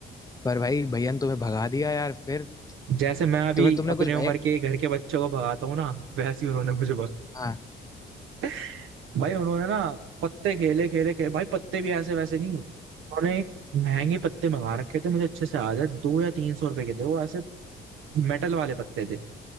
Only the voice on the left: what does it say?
पर भाई भैया ने तुम्हें भगा दिया यार फिर
तो फिर तुमने
कुछ
भैया
हाँ